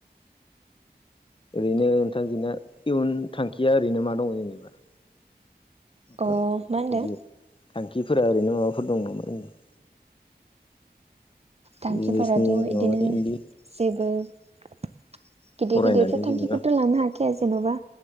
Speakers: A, on the left; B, on the right.
A: ओरैनो नोंथां नोंना इयुन थांखिया ओरैनो मा दङ जेनेबा ओ
B: अ मा होनदों
A: इदि थांखिफोरा ओरैनो माबाफोर दं नामा नोंनाव
B: थांखिफोराथ'
A: बिजनेसनि
B: बिदिनो
A: माबानि इदि
B: जेबो गिदिर
A: फरायनानै
B: गिदिरफोर
A: जेनेबा
B: थांखिखौथ' लानो हायाखाया जेन'बा